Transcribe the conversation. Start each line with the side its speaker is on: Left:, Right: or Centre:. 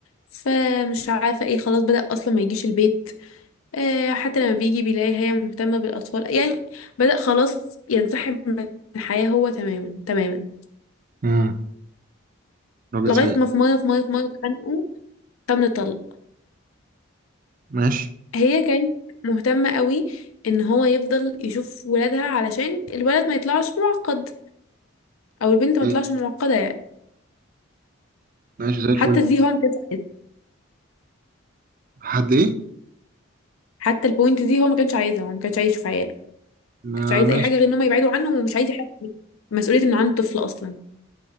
Left: فمش عارفة ايه خلاص بدأ اصلا ما يجيش البيت آه حتى لما بيجي بيلاقي هي مهتمة بالاطفال يعني بدأ خلاص ينسحب من الحياة هو تماما تماما
Right: امم راجل
Left: لغاية
Right: سيء
Left: ما في مرة في مرة في مرة اتخانقوا فمن الطلق
Right: ماشي
Left: هي كانت مهتمة قوي ان هو يفضل يشوف ولادها علشان الولد ما يطلعش معقد او البنت ما
Right: ايه
Left: تطلعش معقدة يعني
Right: ماشي زي الفل
Left: حتى دي هو ما كانش عايزها
Right: حد ايه
Left: حتى البوينت دي هو ما كانش عايزها هو ما كانش عايز يشوف عياله
Right: ما
Left: ما كانش عايز
Right: ماشي
Left: اي حاجة غير ان هم يبعدوا عنه ومش عايز يحس بمسؤولية ان عنده طفل اصلا